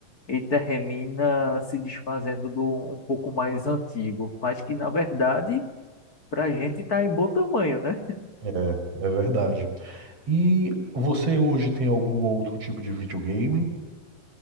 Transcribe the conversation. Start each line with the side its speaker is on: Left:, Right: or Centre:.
Left: e termina se desfazendo do um pouco mais antigo, mas que na verdade, para a gente está em bom tamanho, né?
Right: É, é verdade. E você hoje tem algum outro tipo de videogame?